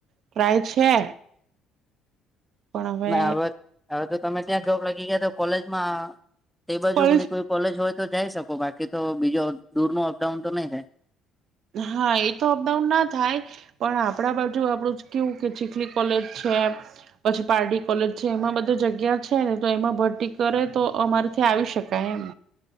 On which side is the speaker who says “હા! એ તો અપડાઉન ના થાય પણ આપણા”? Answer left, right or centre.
Right